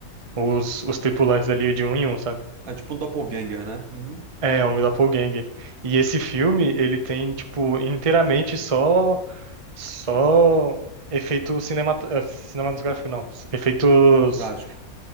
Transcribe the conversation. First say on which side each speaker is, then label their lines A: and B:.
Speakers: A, on the right (about 35°); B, on the right (about 70°).
A: os, os tripulantes ali de um em um, sabe?
B: É tipo um doppelganger, né? Uhum.
A: É, um doppelganger. E esse filme, ele tem tipo inteiramente só Só efeito cinemat... eh, cinematográfico, não. Efeitos.
B: Prático,